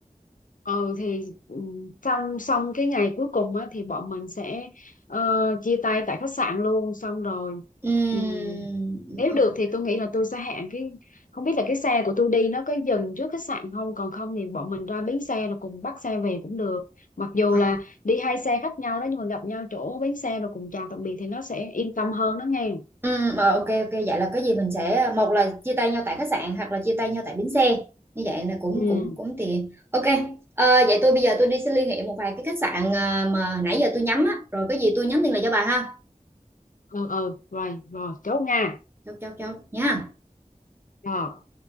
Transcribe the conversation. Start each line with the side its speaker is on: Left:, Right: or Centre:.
Left: Ừ thì ừm, trong xong cái ngày cuối cùng á, thì bọn mình sẽ ờ, chia tay tại khách sạn luôn xong rồi
Right: Ừm,
Left: ừm, nếu
Right: ừ,
Left: được thì tôi nghĩ là tôi sẽ hẹn cái không biết là cái xe của tôi đi nó có dừng trước khách sạn không còn không thì bọn mình ra bến xe rồi cùng bắt xe về cũng được mặc dù
Right: ờ,
Left: là đi hai xe khác nhau đó nhưng mà gặp nhau chỗ bến xe rồi cùng chào tạm biệt thì nó sẽ yên tâm hơn đó nghe
Right: ừm, ờ, ô kê, vậy là có gì mình sẽ một là chia tay nhau tại khách sạn hoặc là chia tay nhau tại bến xe, như vậy là cũng
Left: ừ
Right: cũng cũng tiện. ok ờ, vậy tôi bây giờ tôi đi sẽ liên hệ một vài cái khách sạn, ờ, mà nãy giờ tôi nhắm á, rồi có gì tôi nhắn tin lại cho bà ha.
Left: ừ ừ rồi rồi chốt nha
Right: Chốt, chốt, chốt nha.
Left: rồi